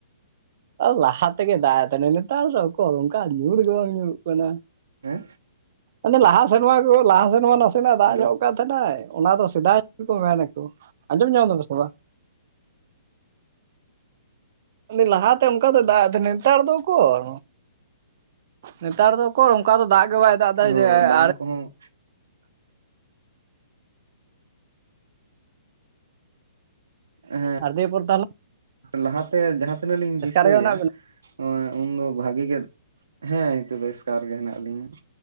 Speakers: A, on the right; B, on the right.
A: ᱞᱟᱦᱟ ᱛᱮᱜᱮ ᱫᱟᱜ ᱮᱫ ᱛᱟᱦᱮᱱᱟ ᱱᱮᱛᱟᱨ ᱫᱚ ᱚᱠᱚᱨ ᱚᱱᱠᱟ ᱧᱩᱨ ᱜᱮ ᱵᱟᱝ ᱧᱩᱨᱩᱜ ᱠᱟᱱᱟ ᱾
B: ᱦᱮᱸ ᱾
A: ᱟᱫᱚ ᱞᱟᱦᱟ ᱥᱮᱨᱢᱟ ᱠᱚ ᱞᱟᱦᱟ ᱥᱮᱨᱢᱟ ᱱᱟᱥᱮᱱᱟᱜ ᱫᱟᱜ
B: ᱦᱮᱞᱳ
A: ᱧᱚᱜ ᱠᱟᱫ ᱛᱟᱦᱮᱱᱟᱭ ᱚᱱᱟ ᱫᱚ ᱥᱮᱫᱟᱭ ᱠᱚ ᱢᱮᱱᱟ ᱠᱚ ᱾ ᱟᱸᱡᱚᱢ ᱧᱟᱢ ᱫᱟᱵᱮᱱ ᱥᱮ ᱵᱟᱝ? ᱞᱟᱦᱟ ᱛᱮ ᱚᱱᱠᱟ ᱫᱚᱭ ᱫᱟᱜ ᱮᱫ ᱛᱟᱦᱮᱱᱟ ᱱᱮᱛᱟᱨ ᱫᱚ ᱚᱠᱚᱨ? ᱱᱮᱛᱟᱨ ᱫᱚ ᱚᱱᱠᱟ ᱫᱚ ᱫᱟᱜ ᱜᱮ ᱵᱟᱭ ᱫᱟᱜ ᱮᱫᱟ
B: ᱦᱳᱭ
A: ᱡᱮ
B: ᱵᱟᱸᱫ
A: ᱟᱨ
B: ᱠᱚᱦᱚᱸ ᱮᱸ ᱦᱮᱸᱜ ᱾
A: ᱟᱨ ᱫᱮᱭᱮ ᱯᱚᱨ ᱛᱟᱦᱞᱮ
B: ᱞᱟᱦᱟᱛᱮ ᱡᱟᱦᱟᱸ ᱛᱤᱱᱟᱹᱜ ᱞᱤᱧ ᱫᱤᱥᱟᱹᱭᱟ
A: ᱨᱮᱜᱮ ᱢᱮᱱᱟᱜ ᱵᱮᱱᱟ
B: ᱩᱱᱫᱚ ᱵᱷᱟᱜᱤ ᱜᱮ ᱦᱮᱸ ᱱᱤᱛᱚᱜ ᱫᱚ ᱮᱥᱠᱟᱨ ᱜᱮ ᱦᱮᱱᱟᱜ ᱞᱤᱧᱟ